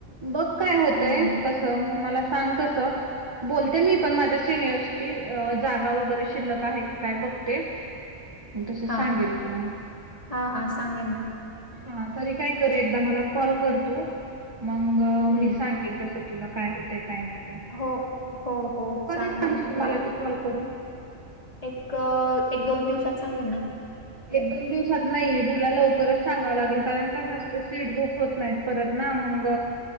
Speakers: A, on the right; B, on the left.
A: बघ काय होतंय
B: हं.
A: कस मला सांग तस. बोलते मी पण माझ्या सिनियर्सची जागा वगैरे शिल्लक आहेत काय बघते. तस
B: हा.
A: सांगेल तुला.
B: हा, हा सांगेन ना.
A: हा तरी काय करू एकदा मला कॉल कर तू मग
B: हं.
A: मी सांग तस तुला काय होते काय नाही ते
B: हो हो हो
A: कधी
B: सांगेन
A: सांगशील मला तू कॉल करून
B: एक, एक दोन दिवसात सांगेन ना
A: एक दोन दिवसात नाहीे तुला लवकरच सांगावं लागेल कारण कसं असतं सीट बुक होत नाही परत ना मंग